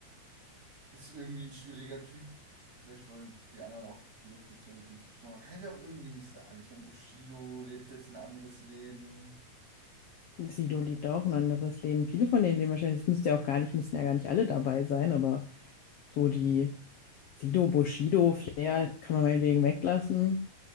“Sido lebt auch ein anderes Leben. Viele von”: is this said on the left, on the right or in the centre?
Left